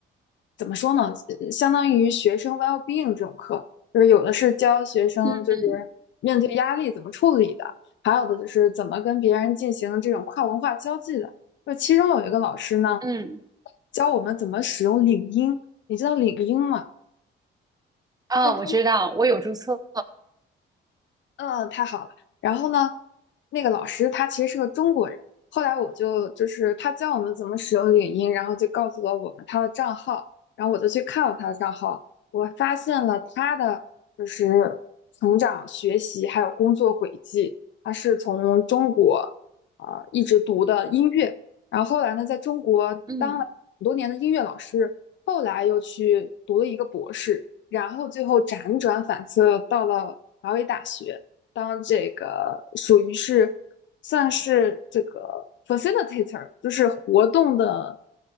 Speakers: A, on the left; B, on the right.
A: 怎么说呢，呃相当于学生 well-being 这种课，就是有的是教学生就是面对压力怎么处理的，
B: 嗯
A: 还有的就是怎么跟别人进行这种跨文化交际的。就其中有一个老师呢，
B: 嗯
A: 教我们怎么使用领英，你知道领英吗？
B: 啊，
A: 那个
B: 我知道，我有注册。
A: 嗯，太好了。然后呢，那个老师他其实是个中国人。后来我就就是他教我们怎么使用领英，然后就告诉了我们他的账号。然后我就去看了他的账号，我发现了他的就是成长、学习还有工作轨迹。他是从中国啊、呃一直读的音乐，然后后来呢，在中国当了很多年的音乐老师，
B: 嗯
A: 后来又去读了一个博士，然后最后辗转反侧到了华为大学。当这个属于是算是这个 facilitator，就是活动的，